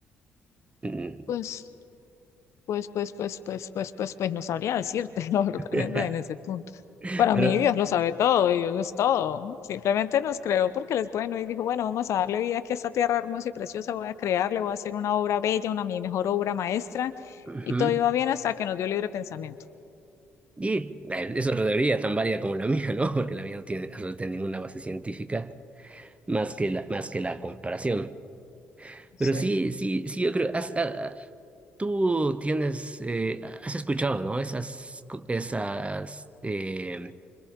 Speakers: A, on the right (about 20°); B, on the left (about 55°).
A: Mm.
B: Pues, pues, pues, pues, pues, pues, pues, pues, no sabría decirte, <laughs> la verdad,
A: <laughs>
B: en ese, en ese punto. Para
A: Pero,
B: mí, Dios lo sabe todo, y Dios es todo. Simplemente nos creó porque él es bueno y dijo, bueno, vamos a darle vida aquí a esta tierra hermosa y preciosa, voy a crearle, voy a hacer una obra bella, una mi mejor obra maestra,
A: ujú.
B: y todo iba bien hasta que nos dio libre pensamiento.
A: Y eh, es otra teoría tan válida como la mía, ¿no? <laughs> Porque la mía no tiene no tiene ninguna base científica más que la, más que la comparación. Pero
B: Sí.
A: sí, sí, sí, yo creo, has- ah, ah, tú tienes, eh, has escuchado, ¿no? Esas, co- esas, eh,